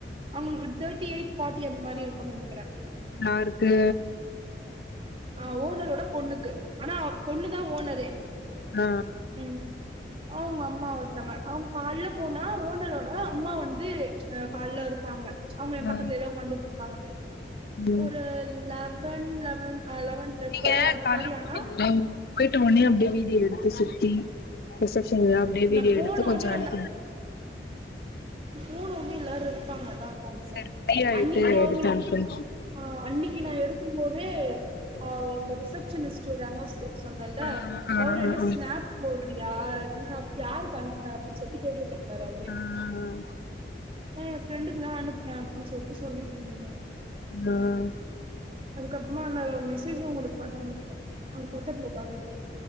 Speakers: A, on the right (about 30°); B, on the left (about 60°).
A: அவுங்களுக்கு தேர்டி எயிட் ஃபார்டி அந்த மாரி இருக்குனு நெனைக்கே
B: யார்க்கு
A: ஆ ஓனரோட பொண்ணுக்கு ஆனா பொண்ணுதா ஓனரே
B: ஆ
A: ம் அவுங்க அம்மா ஒருத்தங்க அவுங்க காலைல போனா ஓனரோட அம்மா வந்து காலைல இருப்பாங்க அவுங்க என்
B: ஆ
A: பக்கத்துலதா
B: ம்
A: உக்காந்துட்டுருப்பாங்க
B: ம்
A: ஒரு லெவன் லெவன் லெவன் டுவெல்
B: நீங்க
A: அந்த
B: காலைல
A: மாரி
B: கூப்ட்டீங்க
A: ஆனா
B: போயிட்ட உடனே அப்டியே வீடியோ எடுத்து சுத்தி ரிசப்ஷன்லா அப்டியே வீடியோ
A: நா போனோனே
B: எடுத்து கொஞ்சோ அனுப்புனோ
A: எல்லாரு போனோனே எல்லாரு இருப்பாங்கதா போத்துல
B: சரி ஃப்ரீ ஆயிட்டு
A: அன்னைக்கு நா அவுங்களுக்
B: எடுத்து அனுப்புங்க
A: ஆ அன்னைக்கு நா எடுக்கும் போதே அ அந்த ரிசபஷனிஸ்ட் ஒரு அண்ணா சொன்னேல
B: ஆ ஆ ஆ
A: அவரு
B: ஆ
A: என்ன
B: ஆ
A: ஸ்னாப் போட்றியா என்ன யாருக் அனுப்புனார்னு சொல்ட்டு கேட்டுட்டு இருந்தாரு அவரே
B: ம்
A: நா எ ஃப்ரெண்டுக்கு தா அனுப்புனே அப்டின்னு சொல்ட்டு சொல்லிட்டு இருந்துருக்காரு
B: ம்
A: அதுக்கப்றமா நா மெசேஜு உங்களுக்கு பண்ண முடில அவர் பக்கத்துல உக்காந்துருந்தார்